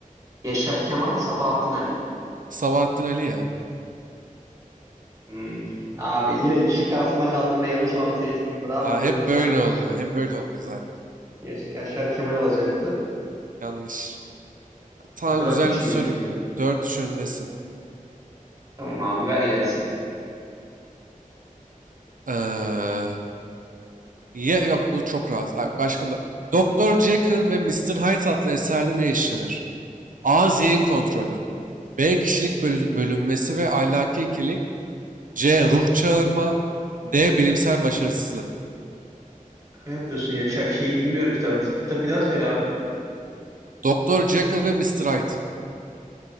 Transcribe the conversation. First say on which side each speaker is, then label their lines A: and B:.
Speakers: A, on the right; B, on the right.
A: Yaşar Kemal, Sabahattin Ali.
B: Sabahattin Ali ya.
A: Hmm. Abi yine iki şık arasında kaldım ve yanlış olanı seçtim. Bravo
B: Ha,
A: diyorum
B: hep
A: sana.
B: böyle oluyor. Hep öyle oluyor zaten.
A: Yaş- Yaşar Kemal olacaktı.
B: Yanlış. Tamam
A: Dört
B: güzel
A: üç
B: bir soru.
A: müydü bizim?
B: Dört 3 öndesin.
A: Tamam abi ver gelsin.
B: Ee, ya, yok bu çok rahat. Abi, başka da. Doktor Jekyll ve Mr. Hyde adlı eserde ne işlenir? A. Zihin kontrolü.
A: O.
B: B. Kişilik bölü- bölünmesi ve ahlaki ikilik. C. Ruh çağırma. D. Bilimsel başarısızlık.
A: Şaka yapıyorsun ya. Ç- şeyi bilmiyorum kitabın ismi. Kitabı bir daha söyle abi.
B: Doktor Jekyll ve Mr. Hyde.